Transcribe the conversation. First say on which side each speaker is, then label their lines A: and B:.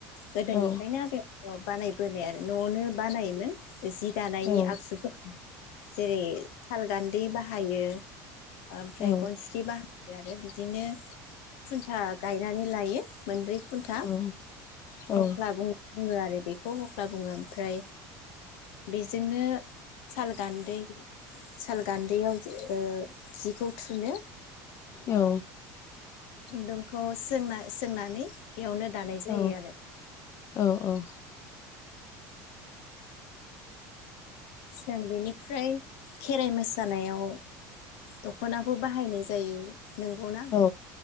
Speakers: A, on the left; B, on the left.
A: गोदोनिफ्रायनो
B: औ
A: बेखौ बानाय बोनाय आरो न'आवनो बानायोमोन जि दानायनि
B: औ
A: आगजुफोर जेरै सालगानदै बा हायो ओमफ्राय
B: औ
A: गनस्रि बाहायो आरो बि दिनो खुनथा गायनानै लायो मोनब्रै खुनथा
B: औ औ
A: हख्ला बुं बुङो आरो बे खौ हख्ला बुङो ओमफ्राय बेजोंनो सालगानदै सालगानदैयाव ओ जिखौ थुनो
B: औ
A: खुन्दुंखौ सोंना सोंनानै बेयावनो दानाय जायो
B: औ
A: आरो
B: औ औ
A: जों बेनिफ्राय खेराइ मोसानायाव दख'नाखौ बाहायनाय जायो नंगौ ना
B: औ